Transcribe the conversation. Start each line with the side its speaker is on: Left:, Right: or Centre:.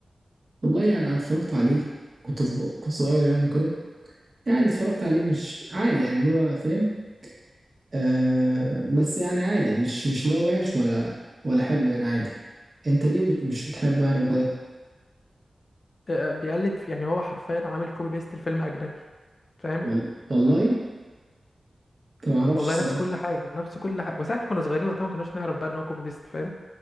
Right: والله يعني انا اتفرجت عليه كنت صغ- كنت صغير يعني وكده يعني اتفرجت عليه مش عادي يعني اللي هو فاهم آه بس يعني عادي مش مش اللي هو وحش ولا ولا حلو يعني عادي انت ليه بت مش بتحبه يعني وكده
Left: آه، بيقلد في- يعني هو حرفيا عامل كوبي بيست الفيلم اجنبي فاهم
Right: وال- والله انت ما اعرفش
Left: والله
Right: الصراحه
Left: نفس كل حاجه نفس كل حاجه بس احنا كنا صغيرين وقتها ما كناش نعرف بقى ان هو كوبي بيست فاهم